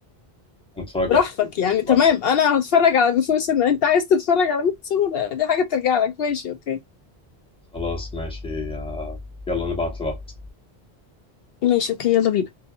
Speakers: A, in the centre; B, on the left.
A: نتفرج
B: براحتك
A: احنا الاتنين
B: يعني
A: كل
B: تمام
A: واحد
B: انا هتفرج على بيفور سن انت عايز تتفرج على ميت سمر دي حاجة ترجع لك ماشي اوكي
A: خلاص ماشي آه، يلا نبعت لبعض
B: ماشي اوكي يلا بينا